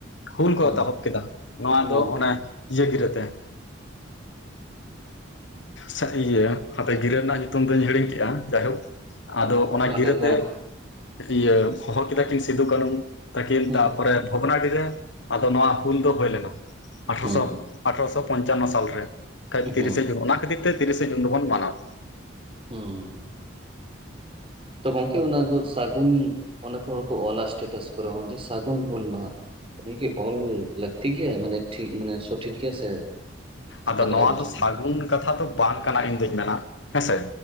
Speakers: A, on the left; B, on the right.
A: ᱦᱩᱞ ᱠᱚ
B: ᱦᱩᱸ
A: ᱮᱛᱚᱦᱚᱵ ᱠᱮᱫᱟ ᱱᱚᱣᱟ
B: ᱦᱩᱸ
A: ᱫᱚ ᱚᱱᱮ ᱤᱭᱟᱹ ᱜᱤᱨᱟᱹᱛᱮ ᱥᱟ ᱤᱭᱟᱹ ᱦᱟᱯᱮ ᱜᱤᱨᱟᱹ ᱨᱮᱱᱟᱜ ᱧᱩᱛᱩᱢ ᱫᱚᱩᱧ ᱦᱤᱲᱤᱧ ᱠᱮᱫᱟ ᱡᱟᱭᱦᱳᱠ ᱟᱫᱚ ᱚᱱᱟ ᱜᱤᱨᱟᱹᱛᱮ
B: ᱦᱩᱸ
A: ᱤᱭᱟᱹ ᱦᱚᱦᱚ ᱠᱮᱫᱟ ᱠᱤᱱ ᱥᱤᱫᱩ ᱠᱟᱹᱱᱩ ᱛᱟᱹᱠᱤᱱ
B: ᱦᱩᱸ
A: ᱛᱟᱯᱚᱨᱮ ᱵᱷᱚᱜᱽᱱᱟᱰᱤ ᱨᱮ ᱟᱫᱚ ᱱᱚᱣᱟ ᱦᱩᱞ ᱫᱚ ᱦᱩᱭ ᱞᱮᱱᱟ ᱟᱴᱷᱨᱚᱥᱚ
B: ᱦᱩᱸ,
A: ᱟᱴᱷᱮᱨᱚᱥᱚ ᱯᱚᱧᱪᱟᱱᱱᱚ ᱥᱟᱞᱨᱮ ᱠᱷᱟᱡ
B: ᱦᱩᱸ,
A: ᱛᱤᱨᱤᱥᱮ ᱡᱩᱱ ᱚᱱᱟ ᱠᱷᱟᱹᱛᱤᱨ ᱛᱮ ᱛᱤᱨᱤᱥᱮ ᱡᱩᱱ ᱫᱚᱵᱚᱱ ᱢᱟᱱᱟᱣᱟ
B: ᱦᱩᱸ ᱛᱚ ᱜᱚᱝᱠᱮ ᱚᱱᱟ ᱫᱚ ᱥᱟᱹᱜᱩᱱ ᱚᱱᱟᱠᱚᱨᱮ ᱠᱚ ᱚᱞᱟ ᱮᱥᱴᱮᱴᱟᱥ ᱠᱚᱨᱮ ᱚᱱᱮ ᱡᱮ ᱥᱟᱹᱜᱩᱱ ᱦᱩᱞ ᱢᱟᱦᱟ ᱩᱱᱤᱠᱤ ᱠᱤ ᱚᱞ ᱞᱟᱹᱠᱛᱤ ᱜᱮᱭᱟ ᱢᱟᱱᱮ ᱴᱷᱤ ᱢᱟᱱᱮ ᱥᱚᱴᱷᱤᱠ ᱜᱮᱭᱟ ᱥᱮ ᱚᱱᱠᱟ
A: ᱟᱫᱚ ᱱᱚᱣᱟ
B: ᱚᱞ ᱩᱪᱤᱛ
A: ᱫᱚ
B: ᱵᱟᱝ
A: ᱥᱟᱹᱜᱩᱱ
B: ᱠᱟᱱᱟ?
A: ᱠᱟᱛᱷᱟ ᱫᱚ ᱵᱟᱝ ᱠᱟᱱᱟ ᱤᱧ ᱫᱩᱧ ᱢᱮᱱᱟ ᱦᱮᱸᱥᱮ